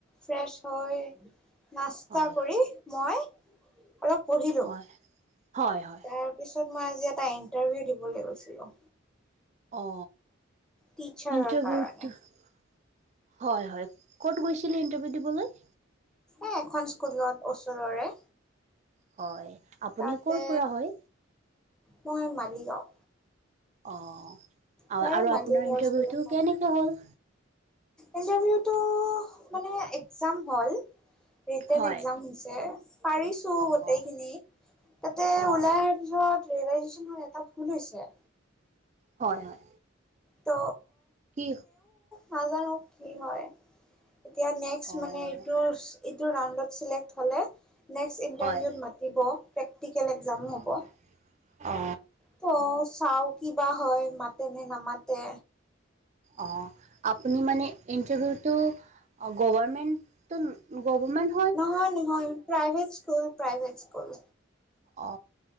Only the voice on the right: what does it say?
হয় হয় হয়
হয়, হয়, হয়।
অ,
ইণ্টাৰভিউটো
হয়, হয়। ক'ত গৈছিলে ইন্টাৰভিউ দিবলৈ?
হয়। আপুনি
ক'ৰ পৰা হয়
অ, আ
আৰু আপোনাৰ
ইণ্টাৰভিউটো
কেনেকে হ'ল?
হয়
অ'
হয়
হয়, হয়।
কি
অ'
হয়
অ'
অ।
অ, আপুনি মানে ইণ্টাৰভিউটো গভৰমেণ্টটো গভৰমেণ্ট
অ।